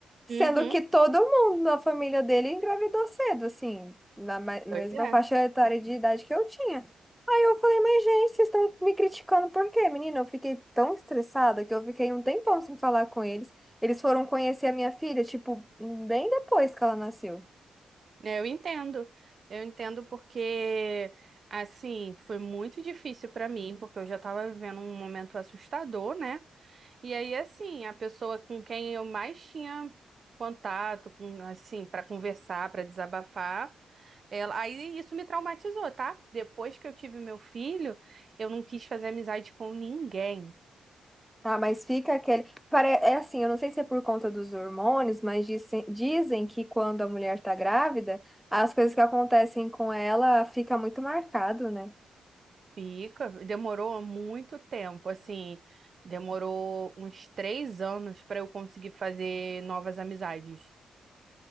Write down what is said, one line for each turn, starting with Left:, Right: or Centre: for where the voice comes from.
Centre: Sendo
Right: Uhum,
Centre: que todo mundo na família dele engravidou cedo, assim, na, ma- na
Right: pois
Centre: mesma
Right: é.
Centre: faixa etária de idade que eu tinha. Aí eu falei, mas gente, vocês estão me criticando por quê, menina? Eu fiquei tão estressada que eu fiquei um tempão sem falar com eles. Eles foram conhecer a minha filha, tipo, bem depois que ela nasceu.
Right: Eu entendo. Eu entendo porque, assim, foi muito difícil pra mim, porque eu já tava vivendo um momento assustador, né? E aí, assim, a pessoa com quem eu mais tinha contato, com, assim, pra conversar, pra desabafar, ela... aí isso me traumatizou, tá? Depois que eu tive meu filho, eu não quis fazer amizade com ninguém.
Centre: Ah, mas fica aquele. pare- É assim, eu não sei se é por conta dos hormônios, mas disse- dizem que quando a mulher tá grávida, as coisas que acontecem com ela fica muito marcado, né?
Right: Fica, demorou muito tempo, assim, demorou uns três anos para eu conseguir fazer novas amizades.